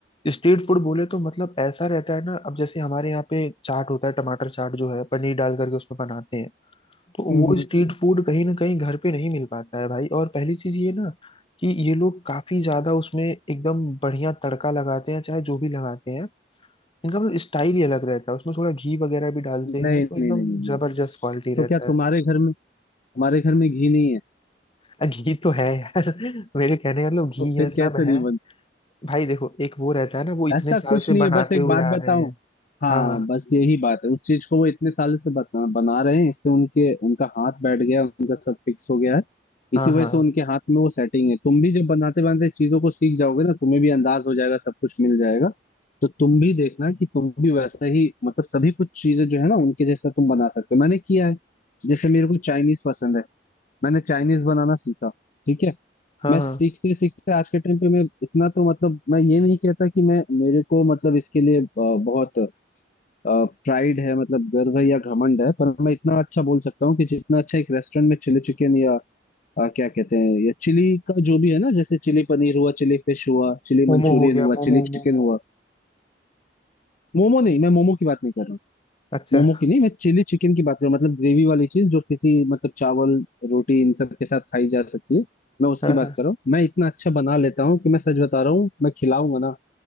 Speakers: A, on the left; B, on the left.
A: स्ट्रीट फूड बोले तो मतलब ऐसा रहता है ना अब जैसे हमारे यहाँ पे चाट होता है टमाटर चाट जो है पनीर डाल करके उसमें बनाते हैं तो
B: हम्म,
A: वो स्ट्रीट फूड कहीं ना कहीं घर पे नहीं मिल पाता है भाई और पहली चीज ये ना कि ये लोग काफी ज्यादा उसमें एकदम बढ़िया तड़का लगाते हैं चाहे जो भी लगाते हैं इनका मतलब स्टाइल ही अलग रहता है उसमें थोड़ा घी वगैरह भी डालते
B: नहीं
A: हैं तो
B: नहीं
A: एकदम
B: नहीं नहीं नहीं।
A: जबरदस्त क्वालिटी
B: तो
A: रहता
B: क्या तुम्हारे
A: है
B: घर में तुम्हारे घर में घी नहीं है
A: अ, घी तो है यार <laughs> मेरे कहने का मतलब घी
B: तो फिर
A: है सब
B: कैसे नहीं
A: है भाई देखो एक वो रहता है ना वो इतने
B: ऐसा
A: साल
B: कुछ
A: से
B: नहीं है
A: बनाते
B: बस एक
A: हुए
B: बात
A: आ
B: बताऊं
A: रहे हैं
B: हाँ
A: हाँ हाँ
B: बस यही बात है उस चीज को वो इतने साल से बता, बना रहे हैं इसलिए उनके उनका हाथ बैठ गया उनका सब फिक्स हो गया है इसी
A: हाँ
B: वजह
A: हाँ
B: से उनके हाथ में वो सेटिंग है तुम भी जब बनाते बनाते चीजों को सीख जाओगे ना तुम्हें भी अंदाज हो जाएगा सब कुछ मिल जाएगा तो तुम भी देखना कि तुम भी वैसा ही मतलब सभी कुछ चीजें जो है ना उनके जैसा तुम बना सकते हो मैंने किया है जैसे मेरे को चाइनीज पसंद है मैंने चाइनीज बनाना सीखा ठीक है
A: हाँ
B: मैं
A: हाँ
B: सीखते सीखते आज के टाइम पे मैं इतना तो मतलब मैं ये नहीं कहता कि मैं मेरे को मतलब इसके लिए अ, बहुत प्राइड है मतलब गर्व है या घमंड है पर मैं इतना अच्छा बोल सकता हूँ कि जितना अच्छा एक रेस्टोरेंट में चिली चिकन या अ, क्या कहते हैं या चिली का जो भी है ना जैसे चिली पनीर हुआ चिली फिश हुआ चिली
A: मोमो
B: मंचूरियन
A: हो गया
B: हुआ
A: मोमो
B: चिली चिकन
A: मोमो
B: हुआ मोमो नहीं मैं मोमो की बात नहीं कर रहा
A: अच्छा
B: मोमो की नहीं मैं चिली चिकन की बात कर रहा हूँ मतलब ग्रेवी वाली चीज जो किसी मतलब चावल रोटी इन सब के साथ खाई जा सकती है मैं उसकी
A: हाँ
B: बात
A: हाँ
B: कर रहा हूँ मैं इतना अच्छा बना लेता हूँ कि मैं सच बता रहा हूँ मैं खिलाऊंगा ना